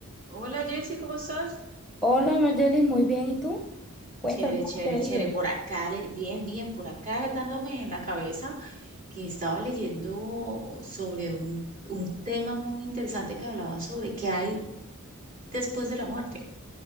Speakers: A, on the right; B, in the centre.
A: Hola Jessy, ¿cómo estás?
B: Hola, Margelis, muy bien. ¿Y tú? Cuéntame,
A: Chévere,
B: ¿cómo
A: chévere,
B: te ha ido?
A: chévere. Por acá, le- bien, bien, por acá dándome en la cabeza que estaba leyendo sobre un, un tema muy interesante que hablaba sobre qué hay después de la muerte.